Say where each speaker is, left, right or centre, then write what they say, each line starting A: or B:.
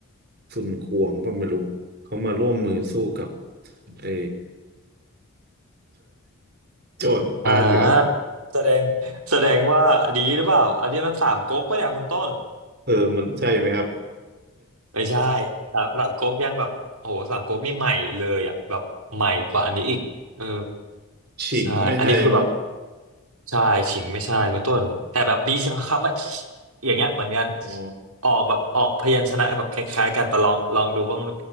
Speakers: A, on the right; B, on the right.
A: ซุนควงก็ไม่รู้เขามาร่วมมือสู้กับไอ้โจรผ้าเหลือง
B: อ่าแสดงแสดงว่าอันนี้หรือเปล่าอันนี้มันสามก๊กปะเนี่ยคุณต้น
A: เออมันใช่ไหมครับ
B: ไม่ใช่สามสามก๊กยังแบบโหสามก๊กนี่ใหม่เลยอ่ะแบบใหม่กว่าอันนี้อีกเออ
A: <laughs> อ๋อฉิงไม่ใช่ครับ
B: ใช่อันนี้คือแบบใช่ฉิงไม่ใช่คุณต้นแต่แบบมีคำว่า <sniffs> อย่างเงี้ยเหมือนกัน
A: อ๋อ
B: ออกแบบออกพยัญชนะแบบคล้ายๆกันแต่ลองลองดูว่ามัน